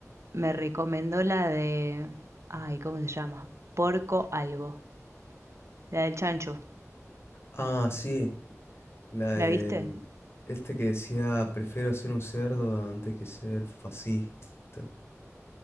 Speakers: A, on the right; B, on the left.
A: me recomendó la de... Ay, ¿cómo se llama? Porco algo. La del chancho.
B: Ah, sí, la
A: ¿La
B: del,
A: viste? <laughs>
B: este que decía, prefiero ser un cerdo antes que ser fascista.